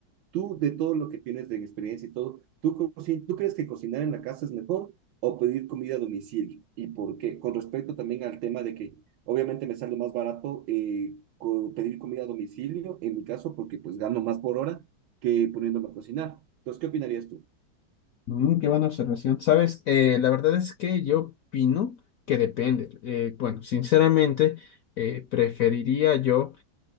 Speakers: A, on the right (about 75°); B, on the left (about 70°).
A: tú de todo lo que tienes de experiencia y todo, ¿tú, ¿tú crees que cocinar en la casa es mejor o pedir comida a domicilio? ¿Y por qué? Con respecto también al tema de que obviamente me sale más barato eh, co pedir comida a domicilio, en mi caso, porque pues gano más por hora que poniéndome a cocinar. Entonces, ¿qué opinarías tú?
B: Mm, qué buena observación. Sabes, Eh, la verdad es que yo opino que depende. Eh, bueno, sinceramente, eh, preferiría yo